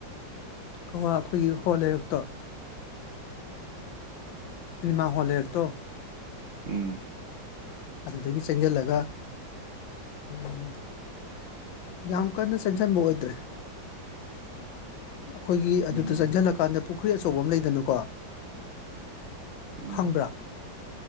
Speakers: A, on the left; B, on the right.
A: ꯀꯋꯥ ꯑꯩꯈꯣꯏꯒꯤ ꯍꯣꯜ ꯂꯩꯔꯛꯇꯣ ꯁꯤꯅꯦꯃ ꯍꯣꯜ ꯂꯩꯔꯛꯇꯣ
B: ꯎꯝ
A: ꯑꯗꯨꯗꯒꯤ ꯆꯪꯁꯤꯜꯂꯒ ꯎꯝ ꯌꯥꯝ ꯀꯟꯅ ꯆꯪꯁꯤꯟꯕ ꯑꯣꯏꯗ꯭ꯔꯦ ꯑꯩꯈꯣꯏꯒꯤ ꯑꯗꯨꯗ
B: ꯎꯝ
A: ꯆꯪꯁꯤꯜꯂꯀꯥꯟꯗ ꯄꯨ ꯈ꯭ꯔꯤ ꯑꯆꯧꯕ ꯑꯃ ꯂꯩꯗꯅꯀꯣ
B: ꯎꯝ
A: ꯈꯪꯕ꯭ꯔꯥ